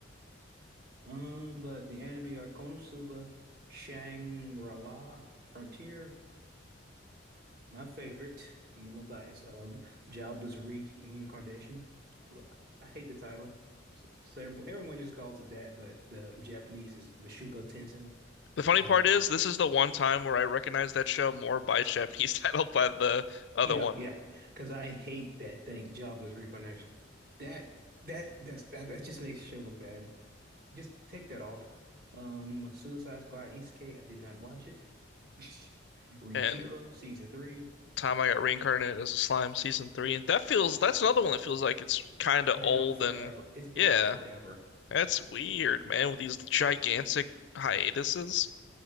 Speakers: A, on the right (about 50°); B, on the left (about 60°).
A: Um, but the anime are Konosuba, Shangri-La, Frontier, my favorite. I'm a little biased. Uh, Jobless Re- Reincarnation. L- I hate the title. So, so everyone, everyone just calls it that, but the Japanese is Mashuko Tensei.
B: The funny
A: And
B: part is, this is the one time where I recognize that show more by its Japanese <laughs> title by the other
A: yeah,
B: one,
A: yeah, because I hate that thing, Jobless Reincarnation. That that that's, that that just makes the show look bad. Just take that off. Um, Suicide Squad East K, I did not watch it. <laughs> ReZero
B: and
A: season three,
B: time I got reincarnated as a slime season three. And that feels that's another one that feels like it's kind of
A: been
B: old
A: out forever.
B: and
A: It's been
B: yeah,
A: out forever.
B: that's weird, man, with these gigantic hiatuses.